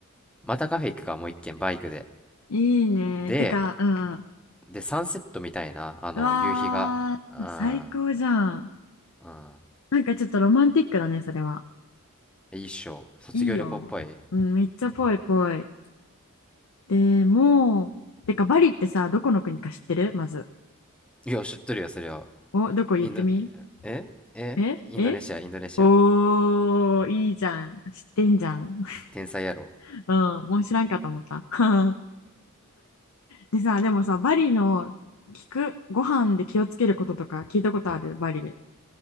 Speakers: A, in the centre; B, on the left.
A: またカフェ行くかもう一軒バイクで
B: いいね。
A: で
B: てか、うんう
A: でサンセットみたいなあの夕日があ
B: わー、最高じゃん。
A: ーうん
B: なんかちょっとロマンティックだね、それは。
A: 一生、卒業旅行っぽい。
B: いいよ。うん、めっちゃぽいぽい。でも、てかバリってさ、どこの国か知ってるまず。
A: いや、知っとるよ、それは。
B: お、どこ言ってみ
A: インド、ええインドネシア、
B: ええ
A: インドネシア。
B: おー、いいじゃん。知ってんじゃん。
A: 天才やろ。
B: <laughs> うん、もう知らんかと思った。<laughs> でさ、でもさ、バリの聞く、ご飯で気をつけることとか聞いたことあるバリで。